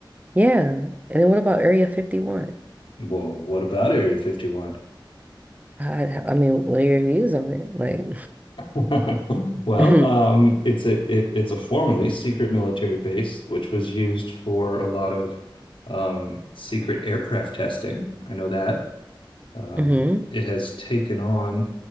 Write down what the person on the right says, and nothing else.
Yeah. And then what about Area 51?
I, I mean, what are your views on it? Like,
<laughs> mhm,
mhm.